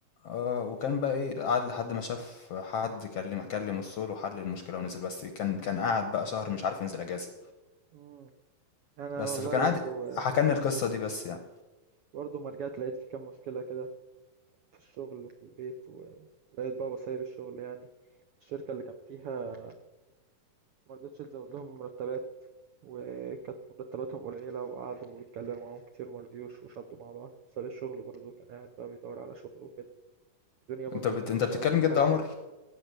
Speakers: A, on the left; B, on the right.
A: آه، وكان بقى إيه قعد لحد ما شاف حد كلم كلم السول وحل المشكلة ونزل، بس كان كان قعد بقى شهر مش عارف ينزل أجازة،
B: مم. انا
A: بس
B: والله
A: فكان
B: برضو
A: قاعد حكى لنا القصة دي بس يعني.
B: برضو ما رجعت لقيت في كام مشكله كده في الشغل وفي البيت ولقيت بابا سايب الشغل يعني الشركه اللي كان فيها ما رضتش تزود لهم مرتبات وكانت مرتباتهم قليله وقعدوا يتكلموا معاهم كتير ما رضيوش وشدوا مع بعض ساب الشغل برضو كان قاعد بقى بيدور على شغل وكده الدنيا برضو
A: انت بت...
B: ما كانتش
A: انت بتتكلم
B: الطف
A: جد
B: حاجه
A: يا عمر
B: يعني